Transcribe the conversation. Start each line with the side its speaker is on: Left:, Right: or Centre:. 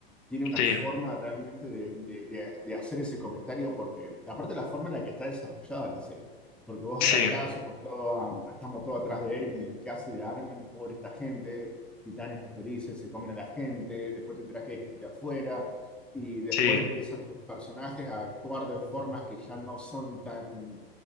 Centre: tiene una
Left: sí,
Centre: forma realmente de, de- de- de hacer ese comentario, porque aparte la forma en la que está desarrollada la serie, porque vos
Left: sí,
Centre: arrancás, somos todos, ah, estamos todos atrás de Ermin, de Mikasa y de Armin, pobre esta gente, titanes infelices, se comen a la gente, después te enterás que hay gente afuera, y después
Left: sí.
Centre: empiezan tus personajes a actuar de formas que ya no son tan